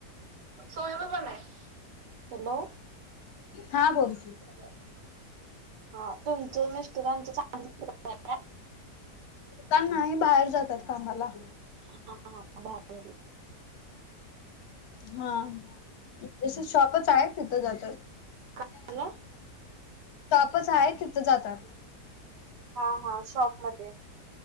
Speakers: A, on the right (about 80°); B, on the left (about 70°).
A: सोन्याचं पण हाय. हॅलो.
B: हा बोल
A: हॅलो हा तुमच्या मिस्टरांचं चांदीचं दुकान आहे का?
B: दुकान नाही, बाहेर जातात कामाला.
A: हा हा <unintelligible>
B: हां तसं शॉपच आहे, तिथं जातात. <unintelligible>
A: झालं.
B: शॉपचं आहे तिथं जातात.
A: हा हा शॉपमध्ये.